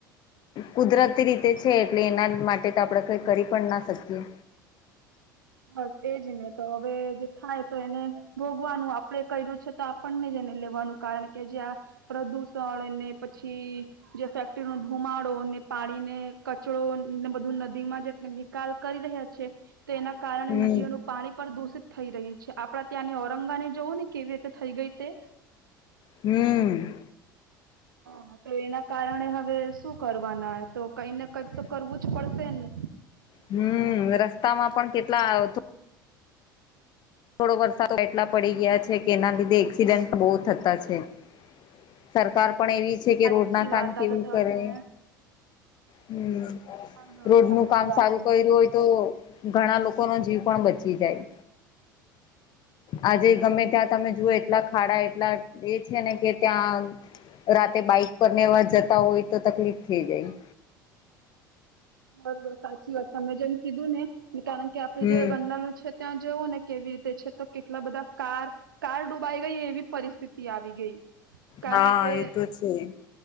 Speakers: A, on the left; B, on the right.
A: કુદરતી રીતે છે એટલે એના માટે તો આપણે કંઈ કરી પણ ના શકીએ.
B: હસે એજ ને તો હવે જે થાય તો એને ભોગવાનું આપણે કર્યું છે તો આપણને જને લેવાનું કારણ કે જ્યાં આ પ્રદૂષણ એને પછી જે ફેક્ટરી નો ધુમાડો ને પાણી ને કચરો ને બધું નદી માં જેટલે નિકાલ કરી રહ્યા છે તો એના કારણે
A: હમ
B: નદીઓનું પાણી પણ દૂષિત થઈ રહ્યું છે આપડા ત્યાંની ઔરંગા ને જોવું ને કેવી રીતે થઈ ગઈ તે
A: હમ્મ.
B: હ તો એના કારણે હવે શું કરવાના તો કઈને કઈક તો કરવું જ પડશે ને
A: હમ્મ રસ્તામાં પણ કેટલા થોડો વરસાદ એટલા પડી ગયા છે કે એના લીધે એક્સિડેન્ટ બહુ થતા છે. સરકાર પણ એવી છે
B: સાચી
A: કે રોડ ના કામ
B: વાત
A: કેવું
B: આ તો તમે
A: કરે હમ્મ
B: હા હા
A: રોડ
B: સાચી
A: નું કામ
B: વાત
A: સારું કર્યું હોય તો ઘણા લોકો નો જીવ પણ બચી જાય. આજે ગમે ત્યાં તમે જુઓ એટલા ખાડા એટલા એ છે ને કે ત્યાં રાતે બાઈક પર નેવા જતા હોય તો તકલીફ થઈ જાય
B: બસ બસ સાચી વાત તમે જેમ કીધું ને કારણ કે આપડે
A: હમ
B: જે ગરનાળું છે ત્યાં જવું ને કેવી રીતે છે તો કેટલા બધા કાર કાર ડૂબાઈ ગઈ એવી પરિસ્થિતિ આવી ગઈ કારણ
A: હા
B: કે
A: એ તો છે.